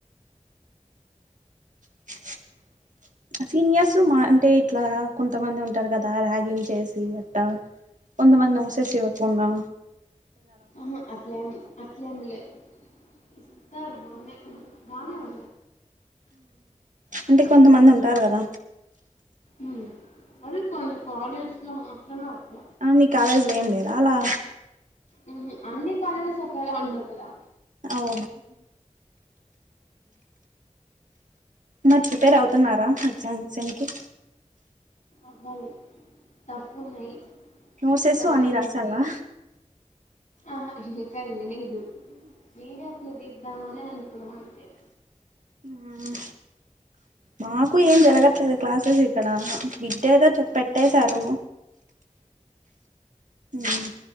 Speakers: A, on the right; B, on the left.
A: <inaudible> సీనియర్స్ మా అంటే ఇట్లా కొంతమంది ఉంటారు కదా ర్యాగింగ్ చేసి అట్ట కొంతమంది ఉసేచ్చ వకున్నా
B: ఆహా అట్లేం అట్లేమ్లే ఇస్తరు బానే బానే ఉ
A: అంటే కొంతమంది ఉంటారు కదా
B: ఉమ్ అదే కొన్ని కాలేజ్ లో మాత్రమే అ
A: ఆ మీ కాలేజ్లో ఏం లేదా అలా
B: ఉహు అన్ని కాలేజ్ లు ఒకేలా ఉండవు కదా
A: <inaudible> మరి ప్రిపేర్ అవుతున్నారా ఎగ్జామ్స్ కి
B: అవ్వాలి తప్పు ఉన్నాయి
A: నోట్సెస్
B: భయమేస్తుంది
A: అన్ని రాసావా
B: అహా ఇంకా లేదు మీర అసలు తీద్దామని అనుకున్నాం అంతే
A: ఊమ్ మాకు ఏం జరగట్లేదు క్లాసెస్ ఇక్కడ విద్యతో పెట్టేశారు మ్